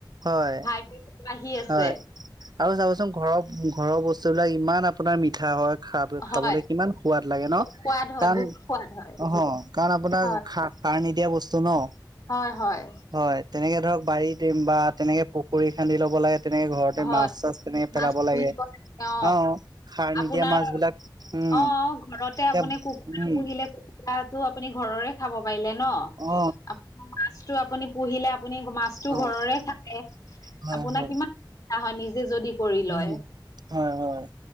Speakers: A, on the right; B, on the left.
A: হয়,
B: হাই প্ৰেচাৰ বাঢ়ি আছে
A: হয়। আৰু চাবচোন ঘৰৰ‌, ঘৰৰ বস্তু বিলাক ইমান আপোনাৰ মিঠা হয়। খাব,
B: হয়
A: খাবলৈ কিমান সোৱাদ লাগে ন।
B: সোৱাদ হয়
A: কাৰণ
B: বহুত সোৱাদ হয়
A: অহ কাৰণ আপোনাৰ
B: হয়
A: সাৰ নিদিয়া বস্তু ন।
B: হয় হয়।
A: হয়, তেনেকে ধৰক বাৰীত বা তেনেকে পুখুৰী খান্দি ল'ব লাগে। তেনেকে ঘৰতে
B: হয়
A: মাছ-চাছ তেনেকে
B: মাছ
A: পেলাব
B: পুহিব
A: লাগে।
B: অ
A: অঁ সাৰ নিদিয়া
B: আপোনাৰ
A: মাছ বিলাক, উম!
B: অ ঘৰতে
A: এতিয়া,
B: আপুনি কুকুৰা
A: উম!
B: পুহিলে আপুনি <unintelligible> ঘৰৰে খাব পাৰিলে ন, ‌
A: অ
B: আপোনাৰ মাছটো‌ আপুনি পুহিলে আপুনি মাছটো
A: অ
B: ঘৰৰে থাকে,
A: হয়
B: আপোনাৰ
A: হয়
B: কিমান সুবিধা হয়, নিজে যদি কৰি
A: উম!
B: লয়
A: হয়, হয়!